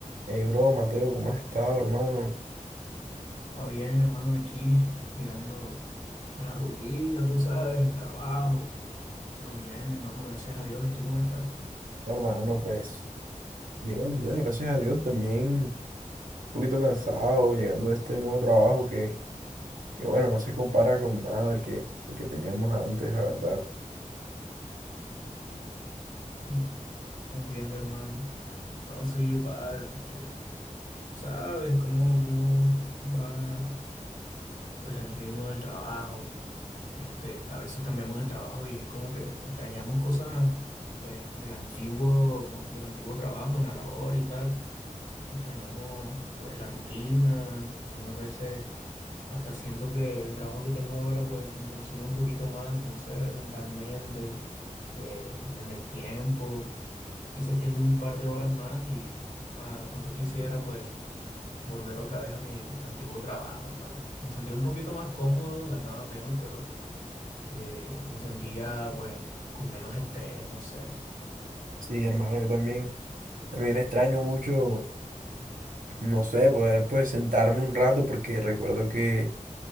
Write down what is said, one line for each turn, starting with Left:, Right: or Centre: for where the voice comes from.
Right: Hey, bro, Mateo, ¿cómo has estado, hermano?
Left: Va bien, hermano, aquí llegando a la rutina, tú sabes, el trabajo. Pero bien, hermano, gracias a Dios. ¿Y tú cómo estás?
Right: No, Hermano, pues, bien, bien, gracias a Dios, también un poquito cansado llegando de este nuevo trabajo que, que bueno, no se compara con nada el que, el que teníamos antes, la verdad.
Left: <laughs> Me entiendo, hermano. No, sí, pa, te- tú sabes cómo, cómo va pues el ritmo del trabajo. Este, a veces cambiamos de trabajo y es como que extrañamos cosas pues del antiguo, del antiguo trabajo en la labor y tal. Extrañamos pues la rutina, algunas veces hasta siento que el trabajo que tengo ahora pues me consume un poquito más, no sé, mentalmente, eh, en el tiempo, si se extiende un par de horas más y ah, cuanto quisiera pues volver otra vez a mi antiguo trabajo, hermano. Me sentía un poquito más cómodo, ganaba menos, pero eh, me sentía pues con menos estrés, no sé.
Right: Sí, hermano, yo también, también extraño mucho, no sé, poder pues sentarme un rato porque recuerdo que